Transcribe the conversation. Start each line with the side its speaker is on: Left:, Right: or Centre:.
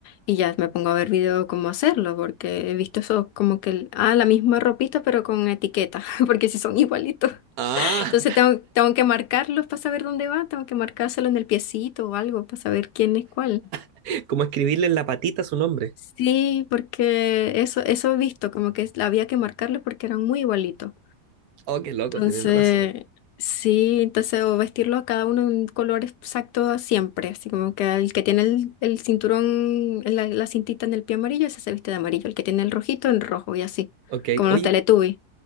Left: y ya me pongo a ver video cómo hacerlo, porque he visto eso como que, el- ah, la misma ropita pero con etiqueta, <laughs> porque si son igualitos.
Right: Ah,
Left: Entonces tengo, tengo que marcarlos para saber dónde va, tengo que marcárselo en el piecito o algo para saber quién es cuál.
Right: <laughs> como escribirle en la patita su nombre.
Left: Sí, porque eso, eso he visto, como que había que marcarlos porque eran muy igualitos.
Right: Oh, qué loco,
Left: Entonces,
Right: tienen razón.
Left: sí, entonces, o vestirlo a cada uno en un color exacto siempre, así como que el que tiene el, el cinturón, la, la cintita en el pie amarillo, ese se viste de amarillo, el que tiene el rojito, en rojo y así,
Right: Ok,
Left: como
Right: oye,
Left: los Teletubbies.